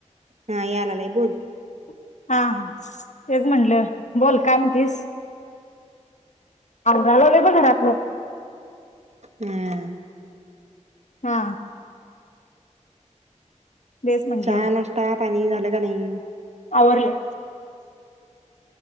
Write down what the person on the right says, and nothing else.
हा यायला लागलाय
बोल
हम्म
चहा, नाश्ता, पाणी झालं का नाही?